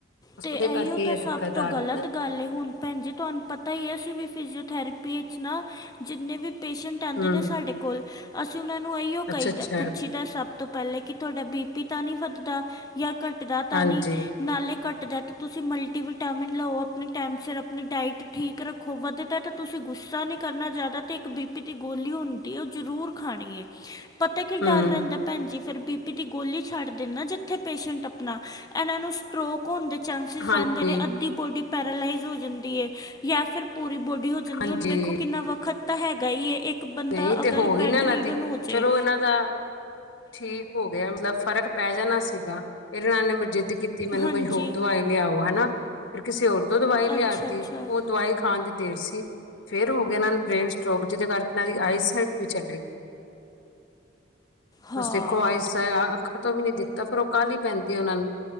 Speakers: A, on the left; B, on the left.
A: ਤੇ
B: ਉਹਦੇ
A: ਇਹੀਓ
B: ਕਰਕੇ
A: ਤਾ
B: ਇਹ ਦਿੱਕਤ
A: ਸਭ ਤੋਂ
B: ਆ
A: ਗਲਤ
B: ਗਈ ਨਾ
A: ਗੱਲ ਏ ਹੁਣ ਭੈਣ ਜੀ ਤੁਹਾਨੂੰ ਪਤਾ ਹੀ ਏ ਅਸੀਂ ਵੀ ਫਿਜੀਓਥੈਰੇਪੀ ਵਿੱਚ ਨਾ ਜਿੰਨੇ ਵੀ ਪੇਸ਼ੈਂਟ ਆਉਂਦੇ
B: ਹਮ
A: ਨੇ ਸਾਡੇ ਕੋਲ ਅਸੀਂ ਉਹਨਾਂ ਨੂੰ ਇਹੀਓ
B: ਅੱਛਾ
A: ਕਹੀਦਾ
B: ਅੱਛਾ
A: ਪੁੱਛ ਸਭ ਤੋਂ ਪਹਿਲੇ ਕਿ ਤੁਹਾਡਾ ਬੀ ਪੀ ਤਾ ਨੀ ਵੱਧਦਾ ਯਾ ਘੱਟਦਾ ਤਾ
B: ਹਾਂਜੀ
A: ਨੀ ਨਾਲੇ ਘੱਟਦਾ ਤਾਂ ਤੁਸੀਂ ਮਲਟੀਵਟਾਮਿਨ ਲਓ ਆਪਣੇ ਟਾਈਮ ਸਿਰ ਆਪਣੀ ਡਾਇਟ ਠੀਕ ਰੱਖੋ ਵੱਧਦਾ ਤਾਂ ਤੁਸੀਂ ਗੁੱਸਾ ਨੀ ਕਰਨਾ ਜਾਦਾ ਤੇ ਇੱਕ ਬੀਪੀ ਦੀ ਗੋਲੀ ਹੁੰਦੀ ਉਹ ਜ਼ਰੂਰ ਖਾਣੀ ਏ। ਪਤਾ ਕਿ ਡਰ
B: ਹਮ
A: ਰਹਿੰਦਾ ਭੈਣਜੀ ਫਿਰ ਬੀ ਪੀ ਦੀ ਗੋਲੀ ਛੱਡ ਦਿੰਦਾ ਜਿੱਥੇ ਪੇਸ਼ੈਂਟ ਆਪਣਾ ਇਹਨਾਂ ਨੂੰ ਸਟਰੋਕ ਹੋਣ ਦੇ ਚਾਂਸਿਸ
B: ਹਾਂਜੀ
A: ਰਹਿੰਦੇ ਨੇ ਅੱਧੀ ਬੋਡੀ ਪੈਰਾਲਈਜ਼ ਹੋ ਜਾਂਦੀ ਹੈ ਯਾ ਫਿਰ ਪੂਰੀ ਬੋਡੀ ਹੋ <unintelligible>
B: ਹਾਂਜੀ
A: ਉਹਨੂੰ ਵੇਖੋ ਕਿੰਨਾ ਵੱਖਤ ਤਾਂ ਹੈਗਾ ਈ ਏ ਇੱਕ ਇੱਕ ਬੰਦਾ
B: ਨਹੀਂ ਤੇ
A: ਅਗਰ
B: ਹੋ ਗਈ
A: ਬੈੱਡ
B: ਨਾ ਇਹਨਾਂ
A: ਰਿਡਨ
B: ਦੀ
A: ਹੋ ਜੇ।
B: ਚਲੋ ਇਹਨਾਂ ਦਾ ਠੀਕ ਹੋ ਗਿਆ ਮਤਲਬ ਫ਼ਰਕ ਪੈ ਜਾਣਾ ਸੀਗਾ ਫਿਰ ਇਹਨਾਂ ਨੇ ਜਿੱਦ ਕੀਤੀ ਮੈਨੂੰ
A: ਹਾਂਜੀ
B: ਕੋਈ ਹੋਰ ਦਵਾਈ ਲਿਆਓ ਹਨਾ ਫਿਰ ਕਿਸੇ ਹੋਰ ਤੋਂ ਦਵਾਈ ਲਿਆਤੀ
A: ਅੱਛਾ ਅੱਛਾ
B: ਉਹ ਦਵਾਈ ਖਾਣ ਦੀ ਦੇਰ ਸੀ ਫੇਰ ਹੋ ਗਿਆ ਇਹਨਾਂ ਨੂੰ ਬ੍ਰੇਨ ਸਟ੍ਰੋਕ ਜਿਹਦੇ ਕਰਕੇ ਇਹਨਾਂ ਦੀ ਆਈਸਾਈਟ ਵੀ ਚਲੇ
A: ਹਾਂ
B: ਤੁਸੀ ਦੇਖੋ ਆਈ ਅੱਖਰ ਤੋਂ ਵੀ ਨੀ ਦਿਖਤਾ ਫਿਰ ਉਹ ਕਾਹਲੀ ਪੈਂਦੀ ਉਹਨਾ ਨੂੰ।